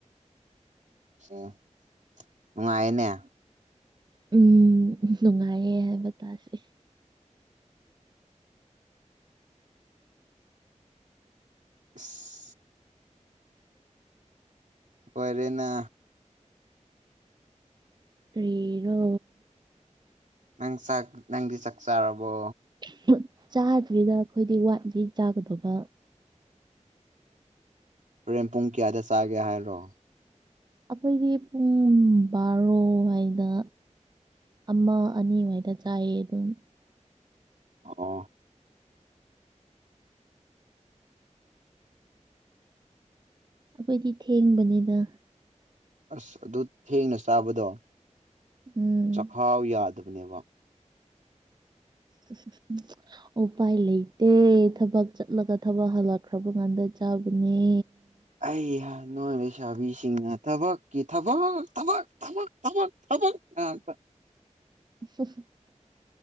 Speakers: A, on the right (about 75°); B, on the right (about 35°).
A: ꯎꯡ ꯅꯨꯉꯥꯏꯅꯦ
B: ꯎꯝ ꯅꯨꯉꯥꯏꯌꯦ ꯍꯥꯏꯕ ꯇꯥꯔꯦ
A: ꯏꯁ ꯑꯣꯏꯔꯦꯅꯥ
B: ꯀꯔꯤꯔꯣ?
A: ꯅꯪ ꯆꯥꯛ ꯅꯪꯗꯤ ꯆꯥꯛ ꯆꯥꯔꯕꯣ?
B: <unintelligible> ꯆꯥꯗ꯭ꯔꯤꯗ ꯑꯩꯈꯣꯏꯗꯤ ꯋꯥꯠꯂꯤ ꯆꯥꯒꯗꯧꯕ꯫
A: ꯍꯣꯔꯦꯟ ꯄꯨꯡ ꯀꯌꯥꯗ ꯆꯥꯒꯦ ꯍꯥꯏꯔꯣ?
B: ꯑꯈꯣꯏꯒꯤ ꯄꯨꯡ ꯕꯥꯔꯣꯍꯥꯢꯗ ꯑꯃ ꯑꯅꯤꯋꯥꯏꯗ ꯆꯥꯏꯌꯦ ꯑꯗꯨꯝ
A: ꯑꯣ ꯑꯣ
B: ꯑꯈꯣꯏꯗꯤ ꯊꯦꯡꯕꯅꯤꯗ
A: ꯑꯁ ꯑꯗꯨ ꯊꯦꯡꯅ ꯆꯥꯕꯗꯣ
B: ꯎꯝ
A: ꯐꯥꯎ ꯌꯥꯗꯕꯅꯦꯕ
B: <unintelligible> ꯑꯣꯄꯥꯏ ꯂꯩꯇꯦ ꯊꯕꯛ ꯆꯠꯂꯒ ꯊꯕꯛ ꯍꯜꯂꯛꯈ꯭ꯔꯕ ꯀꯥꯟꯗ ꯆꯥꯕꯅꯦ꯫
A: ꯑꯩ ꯍ ꯅꯣꯏ ꯂꯩꯁꯥꯕꯤꯁꯤꯡꯅ ꯊꯕꯛꯀꯤ ꯊꯕꯛ ꯊꯕꯛ ꯊꯃꯛ ꯊꯃꯛ ꯊꯃꯛ ꯉꯥꯛꯇ
B: <unintelligible>